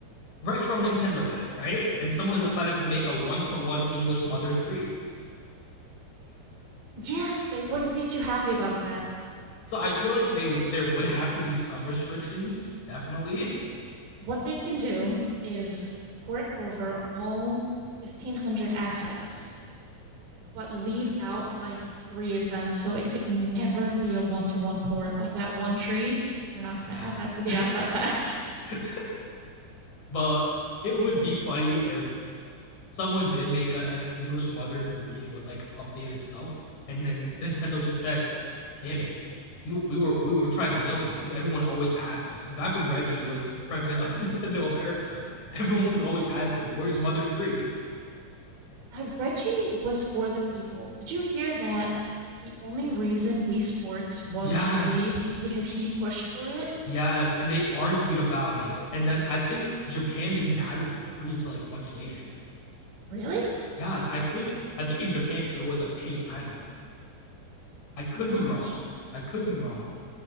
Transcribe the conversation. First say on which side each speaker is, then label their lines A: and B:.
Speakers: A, on the left; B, on the right.
A: retro Nintendo pack, right? And someone
B: Yes.
A: decided to make a one-to-one English Mother 3.
B: Yeah, they wouldn't be too happy about that.
A: So I feel like they there would have to be some restrictions, definitely.
B: What they can do is port over all 1,500 assets but leave out like three of them so it could never be a one to one port. Like that one tree, they're not going
A: <laughs> yes.
B: to add that to the asset pack.
A: <laughs> But it would be funny if someone did make a, an English Mother 3 with like updated stuff, and then Nintendo
B: <laughs>
A: just said, "Damn it, we, we were we were trying to milk it because everyone always asks us. Because back when Reggie was <laughs> president of Nintendo America, everyone would always ask him, "Where's Mother 3?" <laughs>
B: Uh, Reggie was for the people. Did you hear that? The only reason Wii Sports was
A: Yes,
B: free was because he pushed for it.
A: yes, and they argued about it, and then I think Japan didn't have it for free until like much later.
B: Really?
A: Yes, I think I think in Japan it was a paid title. I could
B: My gosh.
A: be wrong. I could be wrong though.